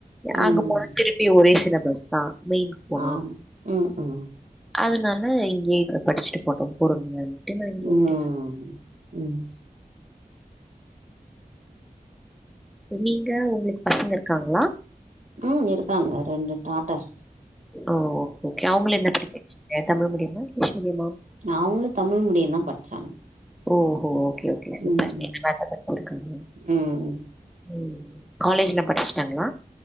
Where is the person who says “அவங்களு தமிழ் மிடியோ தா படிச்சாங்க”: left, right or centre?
Right